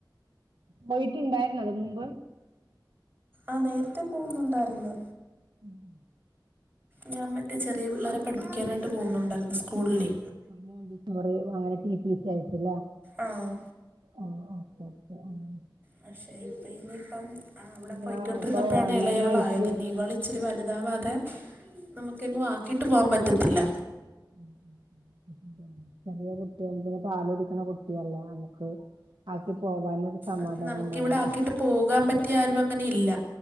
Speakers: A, on the right; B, on the right.
A: വൈകിട്ടിണ്ടായിരുന്നത് മുമ്പ്
B: ആഹ് നേരത്തെ പോകുന്നുണ്ടായിരുന്ന്
A: ഉം ഉം
B: ഞാൻ മറ്റേ ചെറിയ പിള്ളേരെ പഠിപ്പിക്കാനായിട്ട് പോകുന്നുണ്ടായിരുന്നു സ്കൂളിലേ
A: ആ മോണ്ടിസോറി അങ്ങനെ ടി ടി സി ആയിട്ടില്ലേ
B: ആഹ്
A: ആഹ് ആഹ് അഹ് ആഹ്
B: പക്ഷെ ഇപ്പ ഇനിയിപ്പം ആഹ് അവിടെ പോയ്ക്കൊണ്ടിരുന്നപ്പഴാണ്
A: ഞാൻ ഇപ്പൊ ഓൺലൈൻ
B: ഇളേയാളായത്
A: ആയിട്ട്
B: ഇനി ഇവള് ഇച്ചിരി വലുതാവാതെ നമുക്കെങ്ങും ആക്കിയിട്ട് പോകാൻ പറ്റത്തില്ല
A: <inaudible> <inaudible> പാലുടിക്കുന്ന കുട്ടിയല്ലേ നമുക്ക് ആക്കി പോകാനൊരു സമാധാനം
B: അത് നമുക്കിവിടെ
A: എണ്ടാവൂല
B: ആക്കിയിട്ട് പോകാൻ പറ്റിയ ആരും അങ്ങനെ ഇല്ല